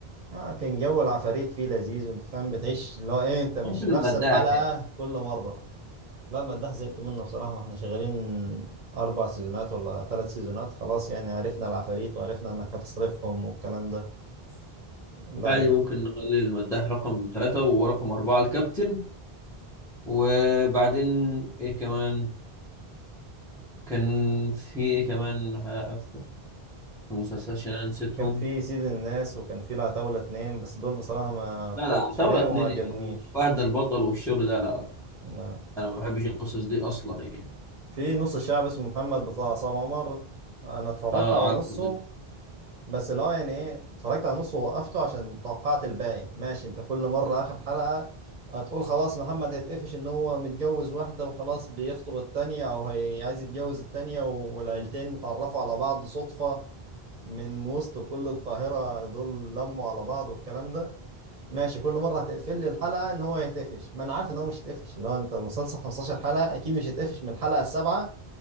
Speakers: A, on the right; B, in the centre.
A: آه كان جو العفاريت فيه لذيذ وانت فاهم بتعيش اللي هو ايه انت مش
B: ممكن
A: نفس
B: المداح
A: الحلقه
B: يعني
A: كل مره لا المداح زهقت منه بصراحه ما احنا شغالين اربع سيزونات ولا ثلاث سيزونات خلاص يعني عرفنا العفاريت وعرفنا انك هتصرفهم والكلام ده لا
B: عادي
A: يعني
B: ممكن نخلي المداح رقم ثلاثة ورقم أربعة الكابتن وبعدين إيه كمان كان في إيه كمان ه- في المسلسلات عشان أنا نسيتهم
A: كان في سيد الناس وكان في العتاولة اتنين بس دول بصراحة ما اتفرجتش
B: لا لا طاولة
A: عليهم
B: اتنين
A: وما عجبنيش
B: إيه يا عم فهد البطل والشغل ده لا
A: لا.
B: انا ما بحبش القصص دي اصلا يعني
A: في نص الشعب اسمه محمد بتاع عصام عمر انا اتفرجت
B: اه
A: على نصه
B: عارفه ده
A: بس اللي هو يعني ايه اتفرجت على نصه ووقفته عشان توقعت الباقي ماشي انت كل مرة اخر حلقة هتقول خلاص محمد هيتقفش ان هو متجوز واحدة وخلاص بيخطب التانية او هي عايز يتجوز التانية والعيلتين اتعرفوا على بعض صدفة من وسط كل القاهرة دول لموا على بعض والكلام ده ماشي كل مره هتقفل لي الحلقه ان هو هيتقفش ما انا عارف ان هو مش هيتقفش لو انت المسلسل 15 حلقه اكيد مش هيتقفش من الحلقه السابعه